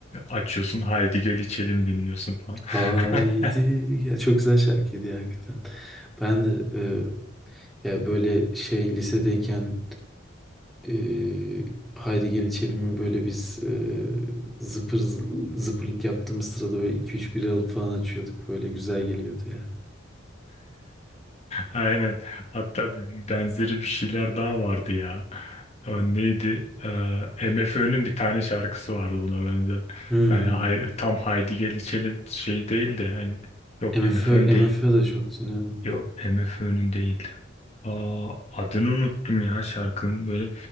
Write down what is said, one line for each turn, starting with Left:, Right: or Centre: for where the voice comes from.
Left: Açıyorsun Haydi Gel İçelim dinliyorsun falan.
Centre: <laughs> Haydi.
Left: <laughs>
Centre: Ya çok güzel şarkıydı ya hakikaten. Ben de e, ya böyle şey lisedeyken Ee, Haydi Gel İçelim'i böyle biz e, zıpır zıpırlık yaptığımız sırada böyle iki üç bira alıp falan açıyorduk. Böyle güzel geliyordu ya.
Left: Aynen. Hatta benzeri bir şeyler daha vardı ya. O neydi? Ee, MFÖ'nün bir tane şarkısı vardı buna benzer.
Centre: Hmm.
Left: Yani hay- tam Haydi Gel İçelim şey değil de hani yok
Centre: MFÖ,
Left: MFÖ değil.
Centre: MFÖ de çok dinliyorum.
Left: Yok MFÖ'nün değildi. Aa, adını unuttum ya şarkının böyle